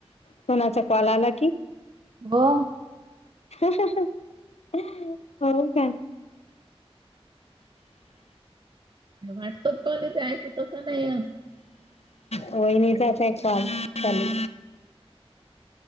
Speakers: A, on the left; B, on the right.
A: कोणाचा कॉल आला की
B: हो.
A: हो का?
B: हे व्हॉट्सअप कॉल येते ऐकू तसं नाहीये.
A: वहिनीचाच आहे कॉल चालू